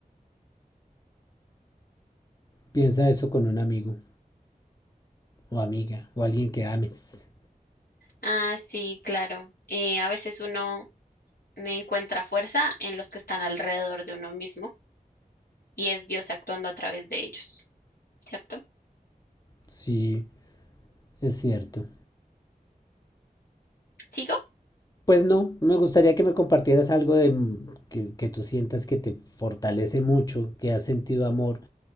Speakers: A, on the left; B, on the left.
A: Piensa eso con un amigo o amiga o alguien que ames.
B: Ah, sí, claro. Eh, a veces uno encuentra fuerza en los que están alrededor de uno mismo. y es Dios actuando a través de ellos, ¿cierto?
A: Sí, es cierto.
B: ¿Sigo?
A: Pues no, me gustaría que me compartieras algo de mm, que, que tú sientas que te fortalece mucho, que has sentido amor